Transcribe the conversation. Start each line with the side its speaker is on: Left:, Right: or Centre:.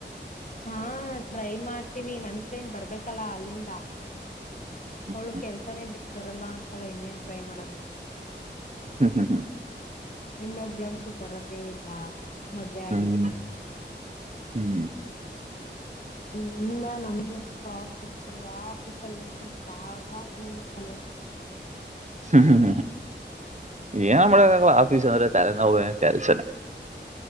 Left: ಹಾ ಟ್ರೈ ಮಾಡ್ತೀವಿ ನನ್ ಫ್ರೆಂಡ್ ಬರ್ಬೇಕಲ್ಲ ಅಲ್ಲಿಂದ
Right: ಹ್ಞೂ
Left: ಅವಳು ಕೆಲ್ಸಾನೇ ಬಿಟ್ಟ ಬರಲ್ಲ ಅಂತಸಲ್ಲ ಇನ್ನೇನ್ ಟ್ರೈ ಮಾಡೋದು
Right: ಹ್ಮ್ ಹ್ಮ್ ಹ್ಮ
Left: ಇನ್ನೊಬ್ಳಂತೂ ಬರದೇ ಇಲ್ಲ ಮದ್ವೆ ಆಗಿದೆ
Right: ಹ್ಞೂ ಹ್ಞೂ
Left: ಇನ್ನ ನಮಗಂತೂ ಆಫೀಸು ಆ ಆಫೀಸಲ್ಲಂತೂ ಯಾವಾಗ್ ತಲೆನಾವು
Right: ಹ್ಮ್ ಹ್ಮ್ ಏನಮ್ಮಳ ಆಲ ಆಫೀಸ್ ಅಂದ್ರೆ ತಲೆನವು ಕೆಲ್ಸನ